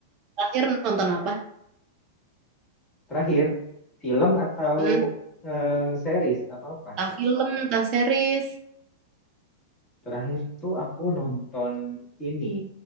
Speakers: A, on the right; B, on the left.
A: Terakhir nonton apa?
B: Terakhir, film atau
A: Mm.
B: eh, series atau apa?
A: Entah film, entah series.
B: Terakhir tuh aku nonton ini